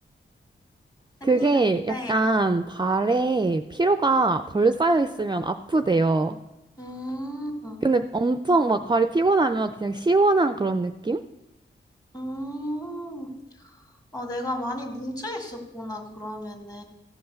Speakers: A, on the left; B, on the right.
A: 아니,
B: 그게 약간
A: 네.
B: 발에 피로가 덜 쌓여 있으면 아프대요.
A: 음,
B: 근데 엄청 막 발이 피곤하면 그냥 시원한 그런 느낌?
A: 음. 아, 내가 많이 뭉쳐 있었구나, 그러면은.